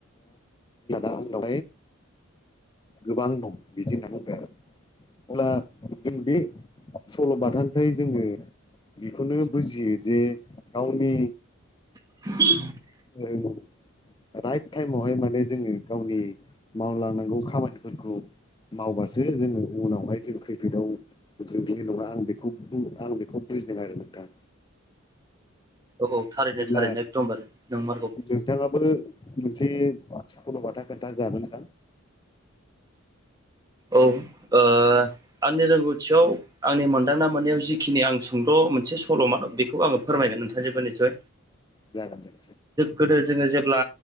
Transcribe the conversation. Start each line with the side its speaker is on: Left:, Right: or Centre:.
Left: आङो गोबां दं बिदि होनना बुंबाय आरो अब्ला जों बे सल' बाथानिफ्राय जोङो बेखौनो बुजियो जे गावनि
Right: <inaudible>
Left: औ। राइट टाइमावहाय माने जोङो गावनि मावलांनांगौ खामानिफोरखौ मावबासो जोङो उनावहाय जों खैफोदाव नङा आं बेखौ आं बेखौ बुजिदों आरो नोंथां।
Right: औ औ थारैनो
Left: अब्ला
Right: थारैनो एकदमबार नोंमारगौ।
Left: नोंथाङाबो मोनसे सखल'बाथा खोन्था जागोन नोंथां। <inaudible>
Right: ओं ओ आंनि रोंगौथियाव आंनि मोनदांना मोननायाव जिखिनि आं सुंद' मोनसे सल'मा बेखौ आङो फोरमायगोन नोंथांजोंबो निसय
Left: जागोन दे
Right: गोदो जोङो जेब्ला